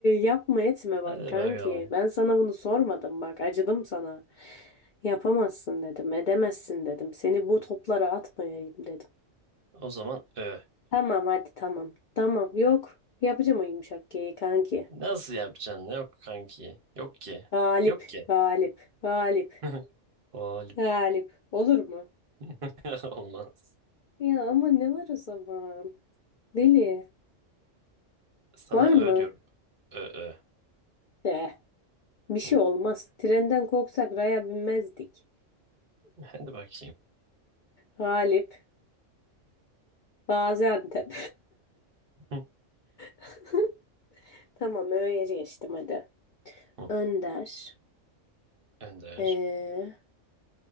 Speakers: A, on the left; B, on the right.
A: yapma etme bak
B: Hadi
A: kanki.
B: bakalım.
A: Ben sana bunu sormadım bak. Acıdım sana. Yapamazsın dedim. Edemezsin dedim. Seni bu toplara atmayayım dedim.
B: O zaman Ö.
A: Tamam hadi tamam. Tamam yok. Yapacağım o yumuşak G'yi kanki.
B: Nasıl yapacaksın? Yok kanki. Yok ki.
A: Galip,
B: Yok ki.
A: galip, galip,
B: <laughs> Galip.
A: galip. Olur mu?
B: <laughs> Olmaz.
A: Ya ama ne var o zaman? Deli.
B: Sana
A: Var mı?
B: Ö diyorum. Ö Ö.
A: Eh, bir şey
B: Hı,
A: olmaz. Trenden korksak raya binmezdik.
B: Hadi bakayım.
A: Galip, Gaziantep.
B: Hı,
A: <laughs> Tamam öyle geçtim hadi.
B: hı.
A: Önder,
B: Önder.
A: eee